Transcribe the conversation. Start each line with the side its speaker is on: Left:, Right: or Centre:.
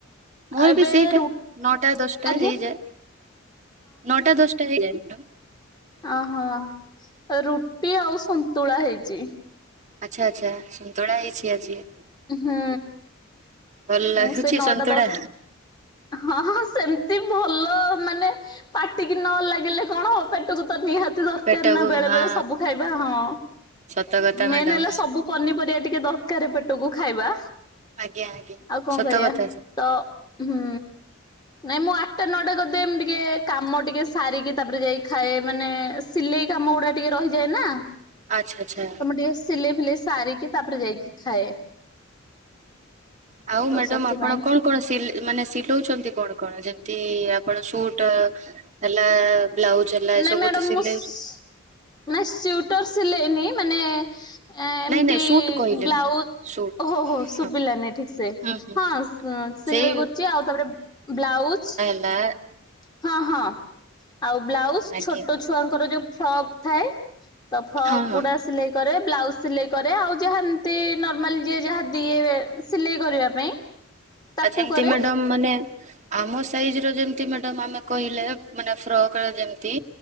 Right: ମୋର
Left: ଏବେ
Right: ବି ସେଇଟା
Left: ରୁ
Right: ନଅଟା ଦଶଟା
Left: ଆଜ୍ଞା
Right: ହେଇଯାଏ, ନଅଟା ଦଶଟା ହେଇଯାଏ।
Left: ଅହଁ, ରୁଟି ଆଉ ସନ୍ତୁଳା ହେଇଚି।
Right: ଆଚ୍ଛା! ଆଚ୍ଛା! ସନ୍ତୁଳା ହେଇଛି ଆଜି।
Left: ହୁଁ,
Right: ଭଲ ଲାଗୁଛି
Left: ମୁଁ ସେ ନଅଟା
Right: ସନ୍ତୁଳା?
Left: ଦଶ୍ ହଁ, ହଁ, ସେମତି ଭଲ ମାନେ ପାଟିକି ନ ଲାଗିଲେ କଣ ହବ ପେଟକୁ ତ ନିହା ତି ଦରକାର
Right: ପେଟକୁ
Left: ନା ବେଳେ
Right: ହଁ
Left: ବେଳେ ସବୁ ଖାଇବା ହଁ,
Right: ସତ କଥା ମ୍ୟାଡାମ
Left: ମେନ୍ ହେଲା ସବୁ ପନିପରିବା ଟିକେ ଦରକାର ପେଟକୁ ଖାଇବା।
Right: ଆଜ୍ଞା ଆଜ୍ଞା
Left: ଆଉ କଣ
Right: ସତ
Left: କରିବା,
Right: କଥା
Left: ତ, ହୁଁ। ନାଇଁ ମୁଁ ଆଟ୍ଟା ନଅଟା କରିଦିଏ ଏମ୍ ଟିକେ କାମ ଟିକେ ସାରିକି ତାପରେ ଯାଇ ଖାଏ ମାନେ ସିଲେଇ କାମ ଗୁଡ଼ା ଟିକେ ରହିଯାଏ ନା!
Right: ଆଚ୍ଛା ଆଚ୍ଛା।
Left: ତ ମୁଁ ଟିକେ ସିଲେଇ ଫିଲେଇ ସାରିକି ତାପରେ ଯାଇକି ଖାଏ।
Right: ଆଉ
Left: ତ
Right: ମ୍ୟାଡାମ୍
Left: ସେଥିପାଇଁ
Right: ଆପଣ କଣ କଣ ସିଲ୍ ମାନେ ସିଲଉଛନ୍ତି କଣ କଣ? ଯେମିତି ଆପଣ ସୁଟ୍ ହେଲା ବ୍ଲାଉଜ୍ ହେଲା ଏସବୁ
Left: ନାଇଁ ମ୍ୟାଡାମ
Right: ତ ସିଲେଇ
Left: ମୁଁ ନାଇଁ ସ୍ଵିଟର ସିଲେଇନି ମାନେ ଏଁ ଏମିତି
Right: ନାଇଁ ନାଇଁ ସୁଟ କହିଲେ
Left: ବ୍ଲାଉ,
Right: ମ୍ୟାଡାମ ସୁଟ।
Left: ହୋ ହୋ, ଶୁଭିଲାନି
Right: ହଁ
Left: ଠିକ୍ ସେ
Right: ହୁଁ ହୁଁ
Left: ହଁ।
Right: ହୁଁ
Left: ହଁ ସିଲେଇ
Right: ସେଇ
Left: କରୁଛି ଆଉ ତାପରେ ବ୍ଲାଉଜ
Right: ନା ଆ
Left: ହଁ ହଁ ଆଉ ବ୍ଲାଉଜ
Right: ଆଜ୍ଞା
Left: ଛୋଟ ଛୁଆଙ୍କର ଯୋଉ ଫ୍ରକ୍ ଥାଏ। ତ ଫ୍ରକ୍
Right: ହଁ ହଁ
Left: ଗୁଡା ସିଲେଇ କରେ ବ୍ଲାଉଜ ସିଲେଇ କରେ ଆଉ ଯାହା ଏମିତି ନର୍ମାଲ ଯିଏ ଯାହା ଦିଏ ସିଲେଇ କରିବା ପାଇଁ ତାକୁ
Right: ଆ ଯେମିତି
Left: କରେ
Right: ମ୍ୟାଡ଼ ମାନେ ଆମ ସାଇଜ୍ର ଯେମିତି ମ୍ୟାଡ଼ମ୍ ଆମେ କହିଲେ ମାନେ ଫ୍ରକର ଯେମିତି